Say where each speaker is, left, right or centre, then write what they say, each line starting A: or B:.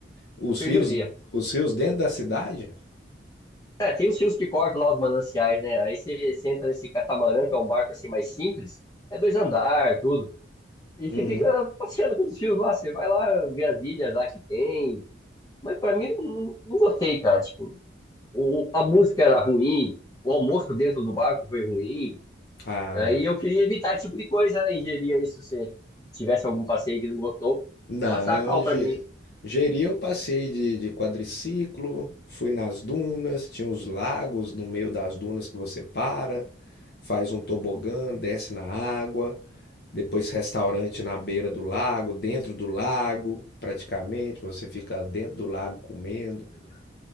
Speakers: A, on the left; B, on the left.
A: Os
B: Perdi
A: rios,
B: o dia.
A: os rios dentro da cidade?
B: É, tem os rios que cortam lá os mananciais, né? Aí você, você entra nesse catamarã, que é um barco assim mais simples. É dois andar, tudo. E
A: Uhum.
B: você fica passeando pelos rios lá. Você vai lá ver as ilhas lá que tem. Mas pra mim, eu não, não gostei, cara. Tipo, o- a música era ruim, o almoço dentro do barco foi ruim.
A: Ah,
B: Aí eu queria evitar esse tipo de coisa, né? Ingeria isso se você tivesse algum passeio que não gostou,
A: Não,
B: passar a cal pra
A: ge-
B: mim.
A: Jeri eu passei de, de quadriciclo, fui nas dunas, tinha os lagos no meio das dunas que você para, faz um tobogã, desce na água, depois restaurante na beira do lago, dentro do lago, praticamente, você fica dentro do lago comendo.
B: Olha,